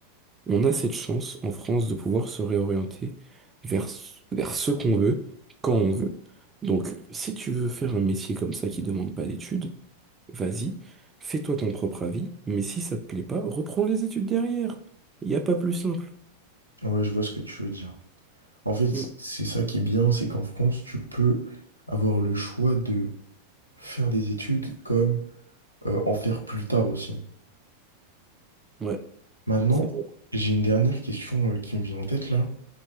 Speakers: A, on the right (about 15°); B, on the right (about 90°).
A: On a cette chance en France de pouvoir se réorienter vers, vers ce qu'on veut, quand on veut. Donc, si tu veux faire un métier comme ça qui demande pas d'études, vas-y, fais-toi ton propre avis, mais si ça te plaît pas, reprends les études derrière. Il n'y a pas plus simple.
B: Ouais, je vois ce que tu veux dire. En fait,
A: Mm.
B: c'est ça qui est bien, c'est qu'en France, tu peux avoir le choix de faire des études comme euh, en faire plus tard aussi.
A: Ouais,
B: Maintenant,
A: c'est vrai.
B: j'ai une dernière question euh, qui me vient en tête là.